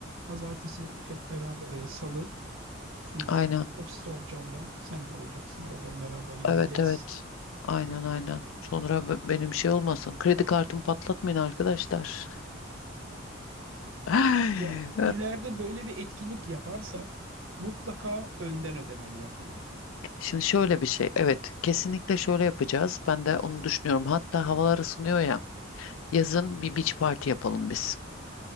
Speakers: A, on the right (about 85°); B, on the left (about 80°).
A: Pazartesi hep beraber e, salı full
B: Aynen
A: ofiste olacağım ben. Sen de olacaksın. Oradan beraber ilerleriz.
B: evet evet aynen aynen sonra be- benim şey olmasın kredi kartımı patlatmayın arkadaşlar. <laughs> Ay,
A: Ya ileride böyle bir etkinlik yaparsak mutlaka önden ödemeli yapalım.
B: Şimdi şöyle bir şey. Evet, kesinlikle şöyle yapacağız. Ben de onu düşünüyorum. Hatta havalar ısınıyor ya. Yazın bir beach party yapalım biz.